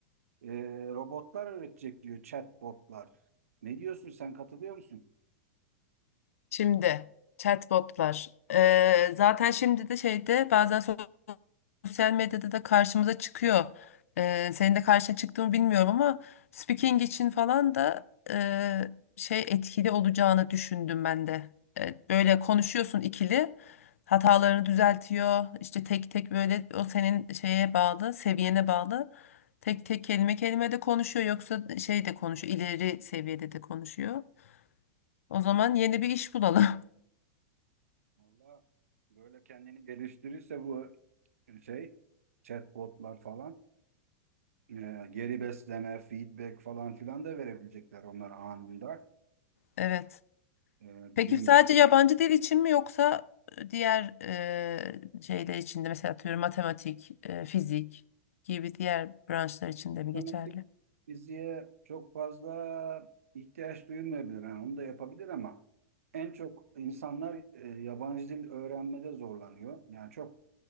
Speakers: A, on the right; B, on the left.
A: e, robotlar öğretecek diyor chatbotlar. Ne diyorsun sen katılıyor musun?
B: Şimdi chatbotlar. Ee, zaten şimdi de şeyde bazen sosyal medyada da karşımıza çıkıyor. Ee, senin de karşına çıktığını bilmiyorum ama speaking için falan da e, şey etkili olacağını düşündüm ben de. E, böyle konuşuyorsun ikili, hatalarını düzeltiyor. İşte tek tek böyle o senin şeye bağlı, seviyene bağlı. Tek tek kelime kelime de konuşuyor yoksa şey de konuşuyor, ileri seviyede de konuşuyor. O zaman yeni bir iş bulalım.
A: Valla böyle kendini geliştirirse bu şey chatbotlar falan e, geri besleme, feedback falan filan da verebilecekler onlar anında.
B: <laughs> Evet.
A: E,
B: Peki
A: bizim
B: sadece
A: gibi
B: yabancı dil için mi yoksa diğer eee şeyler için de mesela atıyorum matematik, eee, fizik gibi diğer branşlar için
A: Matematik
B: de mi geçerli?
A: fiziğe çok fazla ihtiyaç duyulmayabilir. Yani onu da yapabilir ama en çok insanlar e, yabancı dil öğrenmede zorlanıyor. Yani çok